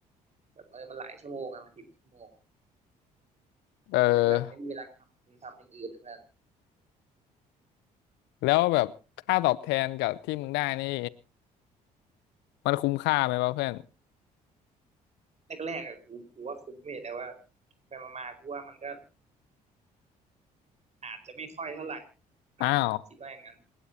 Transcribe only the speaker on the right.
แบบเออมันหลายชั่วโมงอะมันสิบชั่วโมง
แม่งแบบไม่มีเวลาทำทำอย่างอื่นอะเพื่อน
แรกๆอะกูกูว่าคุ้มเว้ยแต่ว่า ไปมาๆกูว่ามันก็อาจจะไม่ค่อยเท่าไหร่นะ
คิดว่าอย่างนั้น